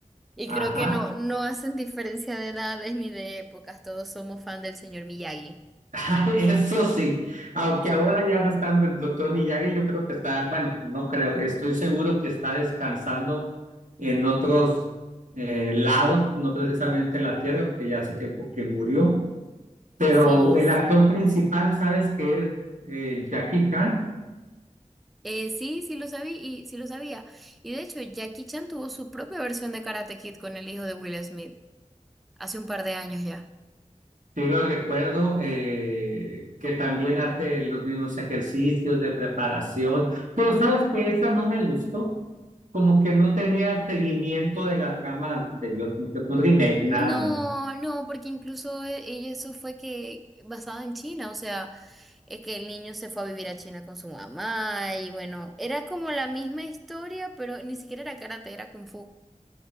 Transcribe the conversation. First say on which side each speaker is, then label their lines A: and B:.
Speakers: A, in the centre; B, on the right (about 80°).
A: Y creo
B: Ajá.
A: que no, no hacen diferencia de edades ni de épocas, todos somos fan del señor Miyagi.
B: <laughs> Eso sí, aunque ahora ya no está el doctor Miyagi, yo creo que está, bueno, no creo, estoy seguro que está descansando en otros eh, lados, no precisamente en la Tierra, porque ya hace tiempo que murió, pero
A: Sí,
B: el
A: sí.
B: actor principal, ¿sabes qué es? Eh, Jackie Chan.
A: Eh, sí, sí lo sabía y sí lo sabía. Y de hecho, Jackie Chan tuvo su propia versión de Karate Kid con el hijo de Will Smith hace un par de años ya.
B: Sí lo recuerdo, eh, que también hace los mismos ejercicios de preparación, pero sabes que esa no me gustó, como que no tenía seguimiento de la trama anterior, como que fue un remake
A: No,
B: nada más.
A: no, porque incluso e- ella- eso fue que basado en China, o sea, eh, que el niño se fue a vivir a China con su mamá y bueno, era como la misma historia, pero ni siquiera era karate, era kung fu.